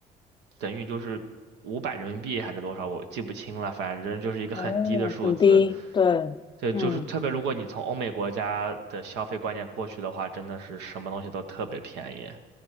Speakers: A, on the right; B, on the left.
A: 等于就是五百人民币还是多少，我记不清了，反正就是一个很低的数字。
B: 哦，很低，对，
A: 对，
B: 嗯。
A: 就是特别如果你从欧美国家的消费观念过去的话，真的是什么东西都特别便宜。